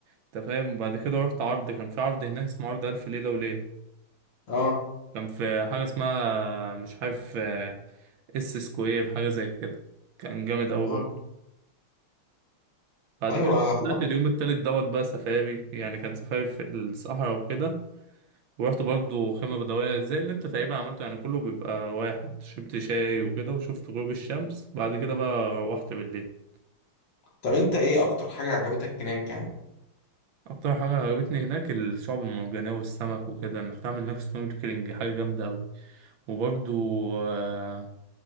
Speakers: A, on the right (about 70°); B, on the left (about 65°).
A: انت فاهم بعد كده رحت عرض كان في عرض هناك اسمه عرض ألف ليلة وليلة
B: اه
A: كان في حاجة اسمها مش عارف آه، اس سكوير حاجة زي كده كان جامد أوي
B: اه
A: برضه بعد
B: ايوه
A: كده طلعت اليوم التالت دوت بقى سفاري يعني كان سفاري في الصحراء وكده ورحت برضه خيمة بدوية زي اللي انت تقريبا عملته يعني كله بيبقى واحد شربت شاي وكده وشفت غروب الشمس بعد كده بقى روحت بالليل
B: طب انت ايه اكتر حاجة عجبتك هناك يعني
A: اكتر حاجه عجبتني هناك الشعب المرجانيه والسمك وكده انك تعمل نفس سنوركلينج حاجه جامده قوي وبرضو آه،